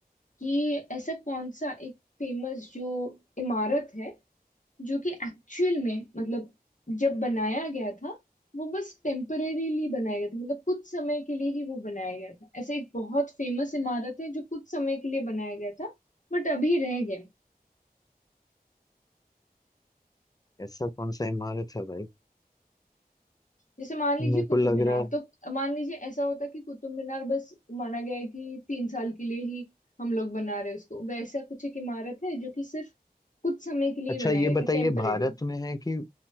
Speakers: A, on the left; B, on the left.
A: कि ऐसा कौन सा एक फेमस जो इमारत है जो कि एक्चुअल में मतलब जब बनाया गया था वो बस टेम्परेरीली बनाया गया था मतलब कुछ समय के लिए ही वो बनाया गया था ऐसा एक बहुत फेमस इमारत है जो कुछ समय के लिए बनाया गया था बट अभी रह गया
B: ऐसा कौन सा इमारत है भाई
A: जैसे मान लीजिए
B: मेरे
A: कुतुब
B: को लग
A: मीनार
B: रहा है
A: तो मान लीजिए ऐसा होता कि कुतुब मीनार बस माना गया है कि तीन साल के लिए ही हम लोग बना रहे हैं उसको वैसा कुछ एक इमारत है जो कि सिर्फ कुछ समय के लिए
B: अच्छा
A: ही बनाया
B: ये
A: गया
B: बताइए
A: था टेम्परेरी
B: भारत में है कि